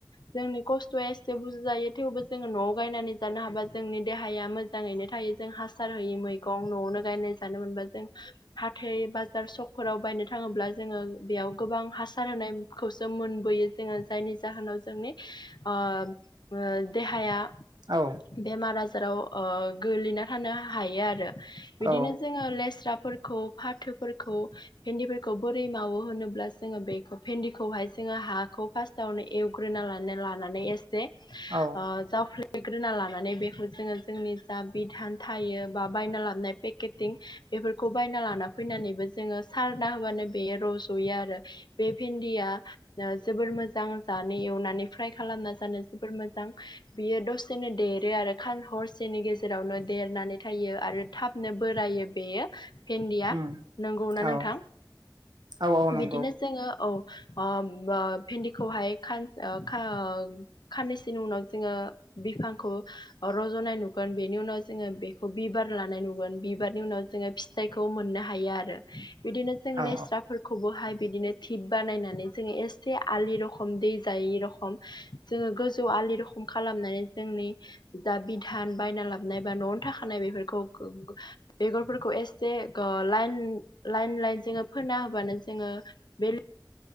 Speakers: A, on the left; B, on the right.
A: जोंनि खस्थ'आ एसे बुर जायो थेवबो जोङो न'आव गायनानै जानो हाबा जोंनि देहाया मोज मोजाङैनो थायो जों हासार होययो मैगं न'आवनो गायनाय जानो मोनबा जों हाथाइ बाजार सकफोराव बायनो थाङोब्ला जोङो बेयाव गोबां हासार होनाय खौसो मोनबोयो जोङो जायनि जाहोनाव जोंनि ओ ओ देहाया
B: औ।
A: बेमार आजाराव ओ गोग्लैना थानो हायो आरो। बिदिनो
B: औ
A: जोङो लेस्राब फोरखौ फाथोफोरखौ भेन्दिफोरखौ बोरै मावो होनोब्ला जोङो बेखौ भेन्दिखौहाय जोङो हाखौ फार्स्ट आवनो एवग्रोना लाना लानानै एसे
B: औ
A: जावफ्लेग्रोना लानानै बेखौ जोङो जोंनि जा बिधान थायो बा बायना लाबनाय केटिं बेफोरखौ बायना लाना फैनानैबो जोङो सारना होबानो बे रज'यो आरो। बे भिन्दिया जोबोर मोजां जानो एवनानै फ्राय खालामना जानो जोबोर मोजां। बियो दसेनो देरो आरो हरसेनि गेजेराव ज जेरावनो देरनानै थायो आरो थाबनो बोरायो बेयो। भेन्दिया
B: उम
A: नंगौना
B: औ
A: नोंथां।
B: औ औ नंगौ
A: बिदिनो जोङो औ। अ अ भिन्दिखौहाय खाननैसोनि उनाव जोङो बिफांखौ रज'नाय नुगोन। बेनि उनाव जोङो बेखौ बिबार लानाय नुगोन। बिबारनि उनाव जोङो फि फिथाइखौ मोननो हायो आरो। बिदिनो जों
B: औ
A: लेस्रा खौबोहाय बिदिनो थिप बानायनानै जोङो एसे आलि रखम दै जायै रखम जोङो गोजौ आलि रखम खालामनानै जोंनि जा बिधान बायना लाबनाय बा न'आवनो थाखानाय बेफोरखौ बेगरफोरखौ एस जे लाइन लाइन लाइन जोङो फोना होबानो जोङो बे